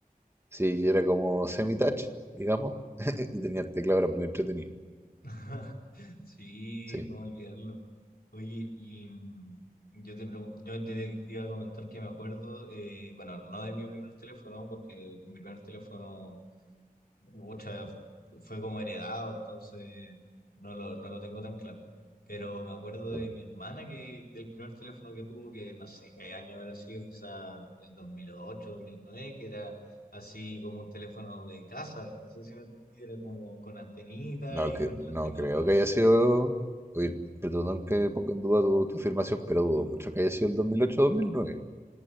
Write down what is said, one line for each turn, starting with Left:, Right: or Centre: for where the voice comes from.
Right: Sí, y era como semi-touch, digamos, <laughs> y tenía el teclado, era muy entretenido.
Left: <laughs> Sí,
Right: Sí,
Left: cómo olvidarlo. Oye, y mm, yo te, pregun- yo te iba a comentar que me acuerdo, eh, bueno, no de mi primer teléfono, porque mi primer teléfono Mucha, fue como heredado, entonces no lo, no lo tengo tan claro. Pero me acuerdo
Right: claro.
Left: de mi hermana que el primer teléfono que tuvo, que no sé qué año habrá sido, quizá el dos dos mil ocho, dos mil nueve, que era así como un teléfono de casa, no sé si me entendí, era como con antenita
Right: No,
Left: y
Right: que,
Left: con las
Right: no
Left: teclas
Right: creo
Left: grandes.
Right: que haya sido... Oye, perdón que ponga en duda tu, tu afirmación, pero dudo mucho que haya sido el 2008-2009.